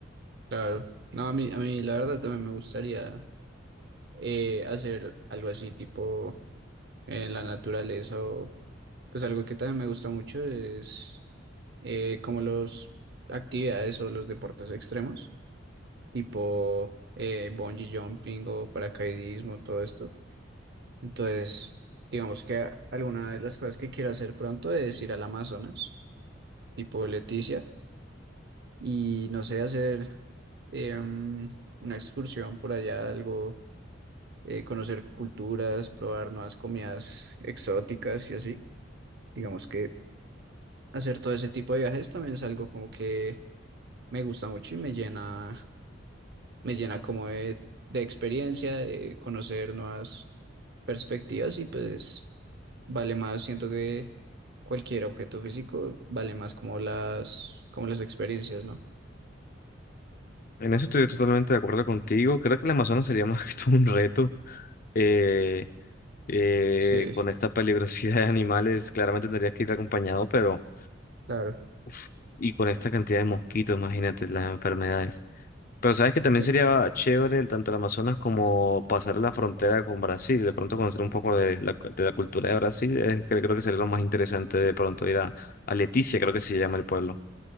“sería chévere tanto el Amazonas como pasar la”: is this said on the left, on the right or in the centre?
Left